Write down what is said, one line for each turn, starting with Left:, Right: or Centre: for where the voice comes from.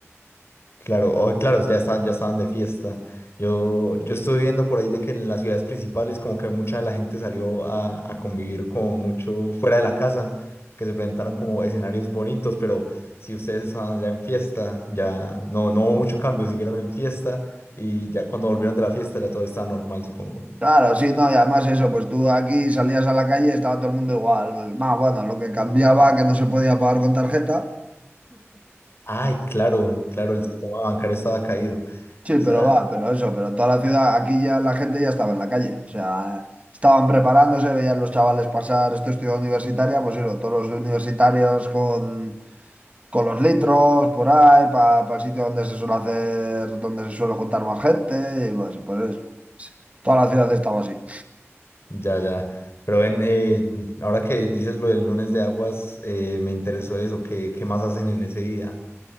Left: Claro, hoy, claro, ya estaban, ya estaban de fiesta. Yo, yo estuve viendo por ahí de que en las ciudades principales como que mucha de la gente salió a, a convivir como mucho fuera de la casa, que se presentaron como escenarios bonitos, pero si ustedes estaban ya en fiesta, ya no, no hubo mucho cambio, siguieron en fiesta y ya cuando volvieron de la fiesta ya todo estaba normal, supongo.
Right: Claro, sí, no, y además eso, pues tú aquí salías a la calle y estaba todo el mundo igual, pues, más bueno, lo que cambiaba que no se podía pagar con tarjeta.
Left: Ay, claro, claro, el sistema bancario estaba caído.
Right: Sí,
Left: Esa-
Right: pero va, pero eso, pero toda la ciudad, aquí ya la gente ya estaba en la calle, o sea, estaban preparándose, veían los chavales pasar, esto es ciudad universitaria, pues eso, todos los universitarios con, con los litros por ahí, para el sitio donde se suele hacer, donde se suele juntar más gente, y pues, pues eso, toda la ciudad estaba así.
Left: Ya, ya. Pero ven, eh, ahora que dices lo del lunes de aguas, eh, me interesó eso. ¿Qué, qué más hacen en ese día?